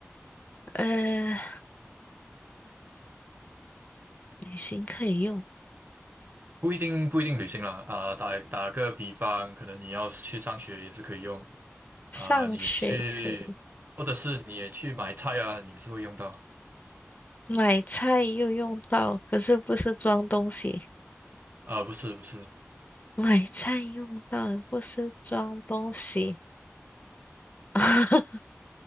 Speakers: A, on the left; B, on the right.
A: 呃，旅行可以用，
B: 不一定不一定旅行啦啊，打打个比方，可能你要去上学也是可以用啊，
A: 上学可以，
B: 你也去或者是你也去买菜啊，你也是会用到
A: 买菜又用到，可是不是装东西，
B: 啊，不是不是。
A: 买菜用到不是装东西，<laughs>